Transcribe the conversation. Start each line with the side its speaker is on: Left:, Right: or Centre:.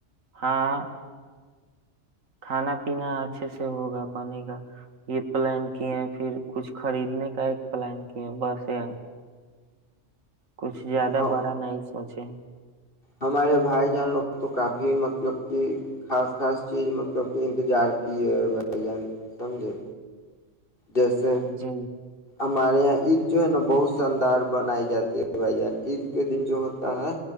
Right: ہاں کھانا پینا اچھے سے ہوگا بنے گا یہ پلان کی ہیں پھر کچھ خریدنے کا ایک پلان کی ہے بس یہ کچھ زیادہ
Left: ہاں
Right: بڑا نہیں سوچے
Left: ہمارے بھائی جان لوگ تو کافی مطلب کہ خاص خاص چیز مطلب کہ انتظار کی ہے بھائی جان سمجھے جیسے
Right: جی
Left: ہمارے یہاں عید جو ہے نا بہت شاندار بنائی جاتی ہے بھائی جان عید کے دن جو ہوتا ہے